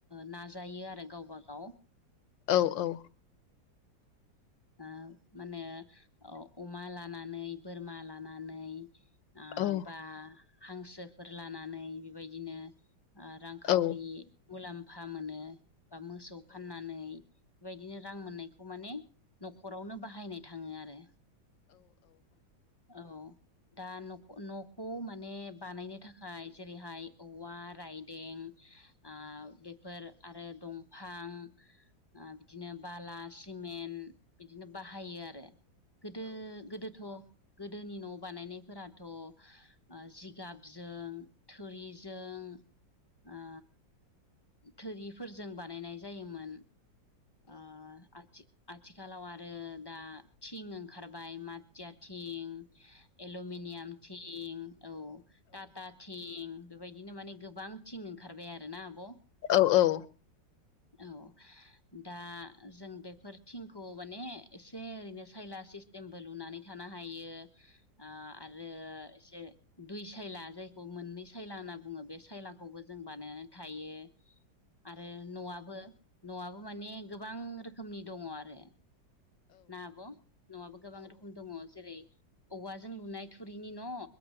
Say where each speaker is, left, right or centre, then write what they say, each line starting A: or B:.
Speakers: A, on the left; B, on the left.
A: नाजायो आरो गावबा गाव।
B: औ औ
A: आ मा होनो? औ अमा लानानै बोरमा लानानै
B: औ
A: ओ बा हांसोफोर लानानै बेबायदिनो ओ रां खावरि
B: औ
A: मुलाम्फा मोनो बा मोसौ फाननानै बेबायदिनो रां मोननायखौ अ माने न'खरावनो बाहायनाय थाङो आरो। औ दा न'खौ न' खौ माने बानायनो थाखाय जेरैहाय औवा राइ दें आ बेफोर आरो दंफां ओ बिदिनो बाला सिमेन्ट बिदिनो बाहायो आरो गोदो गोदोथ' गोदोनि न' बानायनायफोराथ' ओ जिगाबजों थुरिजों ओ थोरिफोरजों बानायनाय जायोमोन ओ आथि आथिखालाव आरो दा थिं ओंखारबाय माथिया थिं एलमिनियाम थिं औ टाटा थिं बेबायदिनो माने गोबां थिं ओंखारबाय आरोना आब'?
B: औ औ
A: औ दा जों बेफोर थिंखौ माने एसे ओरैनो सायला सिस टेमबो लुनानै थानो हायो ओ आरो एसे दुइ सायला जायखौ मोननै सायला होनना बुङो बे सायलाखौबो जों बानायनानै थायो आरो न'आबो न'आबो माने गोबां रोखोमनि दङ आरो। ना आब' न'आबो गोबां रोखोम दङ जेरै औवाजों लुनाय थुरिनि न'